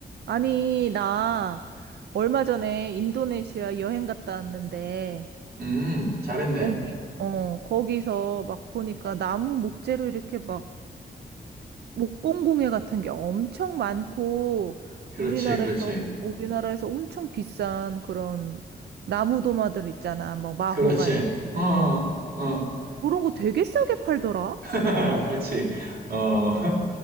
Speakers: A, on the right (about 85°); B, on the right (about 70°).
A: 아니, 나 얼마 전에 인도네시아 여행 갔다 왔는데,
B: 음, 잘했네.
A: 거기, 어, 거기서 막 보니까 나무 목재로 이렇게 막 목공공예 같은 게 엄청 많고,
B: 그렇지,
A: 우리나라에서,
B: 그렇지,
A: 우리나라에서 엄청 비싼 그런 나무 도마들 있잖아. 뭐, 마호가니,
B: 그렇지.
A: 이런
B: 어, 어,
A: 거.
B: 어.
A: 그런 거 되게 싸게 팔더라?
B: <laughs> 그렇지. 어, <laughs>